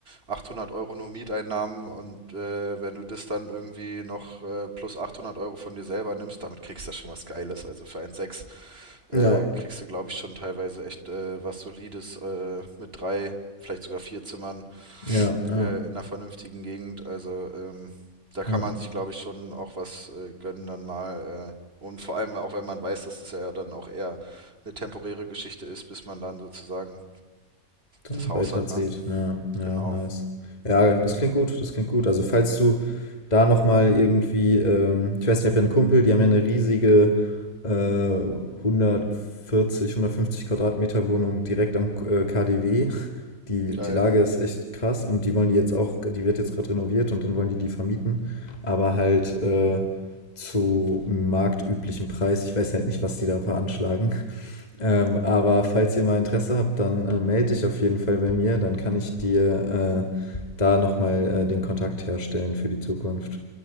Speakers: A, on the right; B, on the left.
A: 800 Euro nur Mieteinnahmen und äh, wenn du das dann irgendwie noch äh, plus 800 Euro von dir selber nimmst, damit kriegst du ja schon was Geiles. Also für eins Komma Sechs äh,
B: Ja,
A: kriegst du, glaube ich, schon teilweise echt äh, was Solides äh, mit drei, vielleicht sogar vier Zimmern
B: ja, ja,
A: äh, in einer vernünftigen Gegend. Also ähm, da kann
B: ja.
A: man sich, glaube ich, schon auch was äh, gönnen dann mal. Äh, und vor allem auch, wenn man weiß, dass es ja dann auch eher eine temporäre Geschichte ist, bis man dann sozusagen
B: Dann
A: das Haus
B: weiterzieht.
A: hat, ne?
B: Ja, ja,
A: Genau.
B: nice. Ja, das klingt gut, das klingt gut. Also falls du da nochmal irgendwie, ähm, ich weiß, ich habe ja einen Kumpel, die haben ja eine riesige äh, 140, 150 Quadratmeter Wohnung direkt am äh, KDW. Die,
A: Geil.
B: die Lage ist echt krass und die wollen die jetzt auch, die wird jetzt gerade renoviert und dann wollen die die vermieten, aber halt äh, zu marktüblichem Preis. Ich weiß halt nicht, was die da veranschlagen. Ähm, aber falls ihr mal Interesse habt, dann äh, melde dich auf jeden Fall bei mir. Dann kann ich dir äh, da nochmal äh, den Kontakt herstellen für die Zukunft.